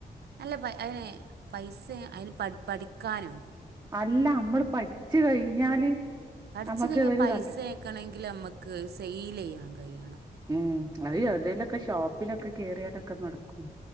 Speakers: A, on the right; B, on the right.
A: അല്ല പ അയ്ന് പൈസെ അയ്ന് പ പഠിക്കാനും
B: അല്ല അമ്മള് പഠിച്ച് കഴിഞ്ഞാല്
A: പഠിച്ച്
B: നമ്മക്ക്
A: കഴിഞ്ഞാ
B: ഒരു
A: പൈസേക്കെണെങ്കിലമ്മക്ക്
B: നല്ല
A: സെയിലെയ്യാം കയ്യണം
B: ഉം അത് എവ്തേലൊക്കെ പ്പിലൊക്കെ കേറ്യാലൊക്കെ നടക്കും